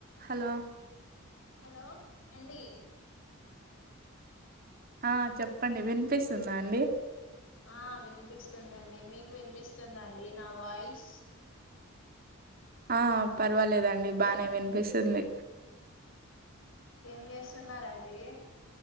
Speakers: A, on the right; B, on the left.
A: హలో
B: హలో అండి
A: ఆ చెప్పండి వినిపిస్తుందా అండి
B: ఆ వినిపిస్తుందండి మీకు వినిపిస్తుందా అండి నా వాయిస్
A: ఆ పర్వాలేదండి బానే వినిపిస్తుంది
B: ఉమ్ ఏం జేస్తున్నా రండి